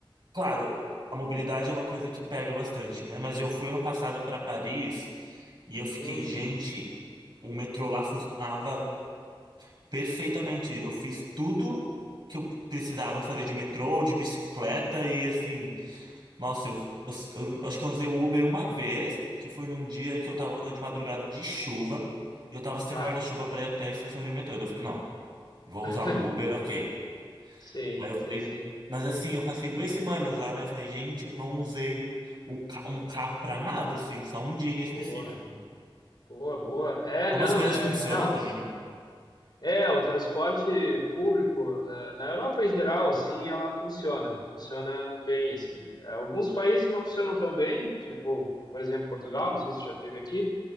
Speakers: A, on the right; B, on the left.
A: claro, a mobilidade é uma coisa que pega bastante, né? Mas eu fui ano passado para Paris e eu fiquei,
B: Hum,
A: gente, o metrô lá funcionava perfeitamente. Eu fiz tudo que eu precisava fazer de metrô, ou de bicicleta e assim, nossa, eu, eu- eu acho que eu usei o Uber uma vez, que foi num dia que eu tava voltando de madrugada de chuva. E eu tava sem
B: bah.
A: guarda-chuva para ir até a estação de metrô. Daí Eu falei, não, vou
B: <laughs>
A: usar um Uber, ok.
B: Sei,
A: Aí eu
B: sei,
A: falei,
B: sei.
A: mas assim, eu passei duas semanas lá, né? Eu falei, gente, eu não usei o ca- um carro pra nada, assim, só um dia em específico.
B: Boa, boa, boa. É,
A: Como
B: não,
A: as coisas
B: é,
A: funcionam
B: não.
A: também. né?
B: É, o transporte público, eh, na Europa em geral, assim, ela funciona, funciona bem, assim. Eh, Alguns países não funcionam tão bem, tipo, por exemplo, Portugal, não sei se tu já teve aqui,